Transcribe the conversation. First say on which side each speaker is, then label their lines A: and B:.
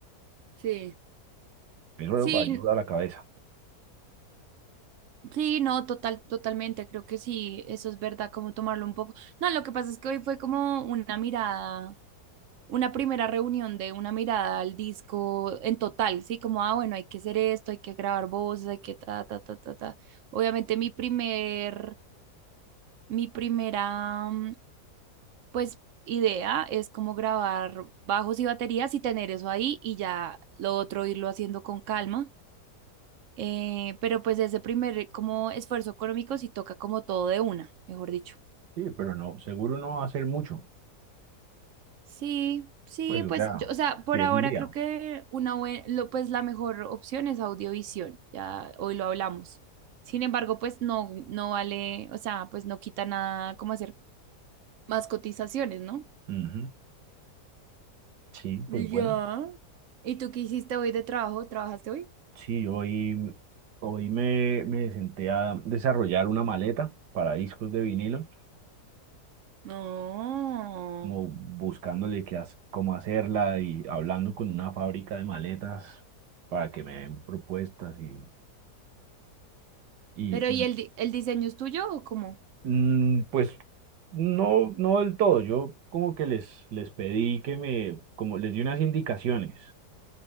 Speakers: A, on the right; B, on the right.
A: Sí.
B: Eso
A: Sí,
B: ayuda a la cabeza.
A: sí, no, total, totalmente. Creo que sí, eso es verdad, como tomarlo un poco. No, lo que pasa es que hoy fue como una mirada, una primera reunión de una mirada al disco en total, sí, como, ah, bueno, hay que hacer esto, hay que grabar voces, hay que ta, ta, ta, ta, ta. Obviamente mi primer Mi primera, mm, pues, idea es como grabar bajos y baterías y tener eso ahí y ya lo otro irlo haciendo con calma. Eh, pero pues ese primer como esfuerzo económico sí toca como todo de una, mejor dicho.
B: Sí, pero no, seguro no va a ser mucho.
A: Sí, sí,
B: Pues, o
A: pues
B: sea,
A: yo, o sea, por
B: si es
A: ahora
B: un día.
A: creo que una buena, lo, pues la mejor opción es audiovisión, ya hoy lo hablamos. Sin embargo, pues no, no vale, o sea, pues no quita nada como hacer más cotizaciones, ¿no?
B: Ujú. Sí,
A: Ya.
B: pues bueno.
A: ¿Y tú qué hiciste hoy de trabajo? ¿Trabajaste hoy?
B: Sí, hoy, hoy me, me senté a desarrollar una maleta para discos de vinilo.
A: No.
B: como buscándole qué has- cómo hacerla y hablando con una fábrica de maletas para que me den propuestas y, y
A: Pero ¿y el, di- el diseño es tuyo o cómo?
B: mm, pues no, no del todo. Yo como que les, les pedí que me, como les di unas indicaciones